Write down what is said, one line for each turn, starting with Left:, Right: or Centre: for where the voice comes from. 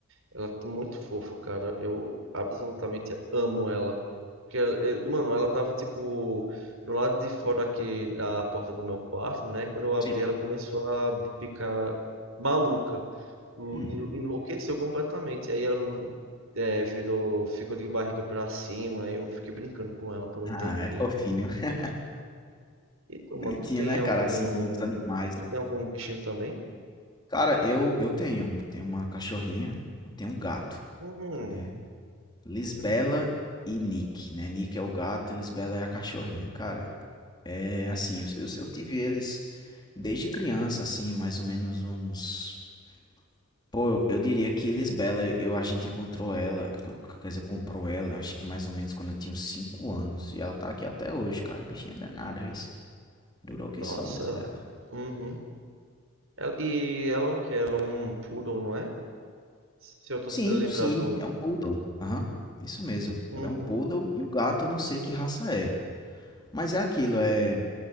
Right: Ela tá muito fofa, cara. Eu absolutamente amo ela. Porque, ela- eh, mano, ela tava tipo no lado de fora aqui da porta do meu quarto, né? Quando eu abri,
Left: Sim.
Right: ela começou a ficar maluca. En-
Left: Hum.
Right: Enlouqueceu completamente. Aí ela eh, virou, ficou de barriga pra cima. Aí Eu fiquei brincando com ela por um
Left: Ah,
Right: tempinho.
Left: é fofinho. <laughs>
Right: E tu, mano,
Left: Bonitinho,
Right: tu tem
Left: né, cara?
Right: algum.
Left: Assim, os animais, né?
Right: Tu tem algum bichinho também?
Left: Cara, eu, eu tenho. Eu tenho uma cachorrinha e tenho um gato,
Right: Hum,
Left: né? Lisbela
Right: uhum.
Left: e Nick, né? Nick é o gato, e Lisbela é a cachorrinha. Cara, é assim, eu, eu, eu tive eles desde criança, assim, mais ou menos uns. Pô, eu, eu diria que Lisbela, eu, a gente encontrou ela, que eu- quer dizer, comprou ela, acho que mais ou menos quando eu tinha uns 5 anos. E ela tá aqui até hoje, cara. Bichinha danada, isso. Durou que
Right: Nossa.
Left: só, Lisbela.
Right: Uhum. Ela- e ela é o quê? Ela é um poodle, não é? Se eu tô
Left: Sim,
Right: lembrado.
Left: sim, é um poodle. Aham, isso mesmo.
Right: Uhum,
Left: Ela é um poodle e o gato eu não sei que raça é. Mas é aquilo, é,